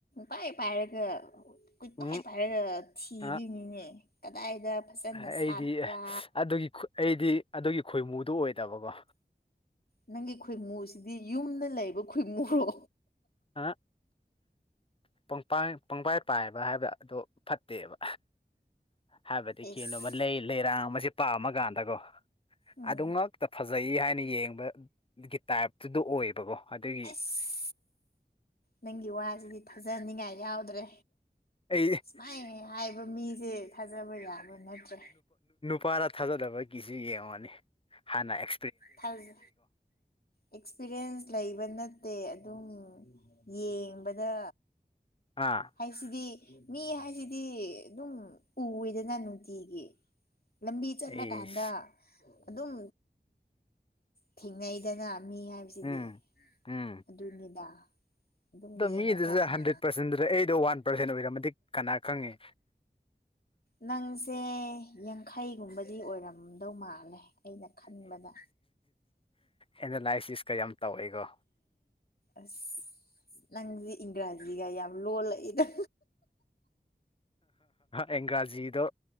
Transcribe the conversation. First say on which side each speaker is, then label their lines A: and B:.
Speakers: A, on the left; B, on the left.
A: ꯄꯥꯏ ꯄꯥꯏꯔꯒ ꯀꯈꯣꯏ
B: ꯎꯝ
A: ꯄꯥꯏ ꯄꯥꯏꯔꯒ ꯊꯤꯗꯣꯏꯅꯤꯅꯦ
B: ꯑ
A: ꯀꯗꯥꯏꯗ ꯐꯖꯅ
B: ꯑꯩꯗꯤ
A: ꯁꯥꯠꯄ꯭ꯔꯥ
B: ꯑꯦ ꯑꯗꯨꯒꯤ ꯑꯩꯗꯤ ꯑꯗꯨꯒꯤ ꯈꯣꯏꯃꯨꯗꯨ ꯑꯣꯏꯗꯕꯀꯣ
A: ꯅꯪꯒꯤ ꯈꯣꯏꯃꯨꯁꯤꯗꯤ ꯌꯨꯝꯗ ꯂꯩꯕ ꯈꯣꯏꯃꯨꯔꯣ
B: ꯑ <unintelligible> ꯄꯪꯕꯥꯏ ꯄꯥꯏꯕ ꯍꯥꯏꯕꯗ ꯑꯗꯨ ꯐꯠꯇꯦꯕ ꯍꯥꯏꯕꯗꯤ
A: ꯑꯦꯁ
B: ꯀꯩꯅꯣꯕ ꯂꯩ ꯂꯩꯔꯥꯡ ꯄꯥꯝꯃꯀꯥꯟꯗꯀꯣ
A: ꯎꯝ
B: ꯑꯗꯨ ꯉꯛꯇ ꯐꯖ ꯐꯖꯩ ꯍꯥꯏꯅ ꯌꯦꯡꯕꯒꯤ ꯇꯥꯏꯞꯇꯨꯗ ꯑꯣꯏꯌꯦꯕꯀꯣ ꯑꯗꯨꯒꯤ
A: ꯑꯁ ꯅꯪꯒꯤ ꯋꯥꯁꯤꯗꯤ ꯊꯥꯖꯍꯅꯤꯡꯉꯥꯏ ꯌꯥꯎꯗ꯭ꯔꯦ
B: ꯑꯩ
A: ꯁꯨꯃꯥꯏꯅ ꯍꯥꯏꯕ ꯃꯤꯁꯦ ꯊꯥꯖꯕ ꯌꯥꯕ ꯅꯠꯇ꯭ꯔꯦ
B: ꯋꯥꯔ ꯊꯥꯖꯗꯕ ꯀꯤꯁꯨ ꯌꯦꯡꯂꯡꯉꯅꯤ ꯍꯥꯟꯅ ꯑꯦꯛ
A: ꯊꯖꯩ ꯑꯦꯛꯁꯄꯤꯔꯤꯌꯦꯟꯁ ꯂꯩꯕꯅ ꯅꯠꯇꯦ ꯑꯗꯨꯝ ꯌꯦꯡꯕꯗ
B: ꯑꯥ
A: ꯍꯥꯏꯁꯤꯗꯤ ꯃꯤ ꯍꯥꯏꯁꯤꯗꯤ ꯑꯗꯨꯝ ꯎꯏꯗꯅ ꯅꯨꯡꯇꯤꯒꯤ ꯂꯝꯕꯤ ꯆꯠꯂꯀꯥꯟꯗ
B: ꯑꯩꯁ
A: ꯑꯗꯨꯝ ꯊꯦꯡꯅꯩꯗꯅ ꯃꯤ ꯍꯥꯏꯕꯁꯤꯗꯤ
B: ꯎꯝ ꯎꯝ
A: ꯑꯗꯨꯅꯤꯗ ꯑꯗꯨꯝ
B: ꯑꯗꯣ
A: ꯌꯦꯡꯉꯀꯥꯟꯗ
B: ꯃꯤꯗꯨꯁꯨ ꯍꯟꯗ꯭ꯔꯦꯠ ꯄꯥꯔꯁꯦꯟꯗꯨꯗ ꯑꯩꯗꯣ ꯋꯥꯟ ꯄꯥꯔꯁꯦꯟ ꯑꯣꯏꯔꯝꯃꯛ ꯀꯅꯥ ꯈꯪꯉꯦ
A: ꯅꯪꯁꯦ ꯌꯥꯡꯈꯩꯒꯨꯝꯕꯗꯤ ꯑꯣꯏꯔꯝꯗꯧ ꯃꯥꯜꯂꯦ ꯑꯩꯅ ꯈꯟꯕꯗ
B: ꯑꯦꯅꯥꯂꯥꯏꯁꯤꯁꯀ ꯌꯥꯝ ꯇꯧꯋꯦꯀꯣ
A: ꯑꯁ ꯅꯪꯗꯤ ꯏꯪꯔꯥꯖꯤꯒ ꯌꯥꯝ ꯂꯣ ꯂꯩ ꯏꯗ
B: ꯑꯦꯪꯒꯥ꯭ꯔꯥꯖꯤꯗꯣ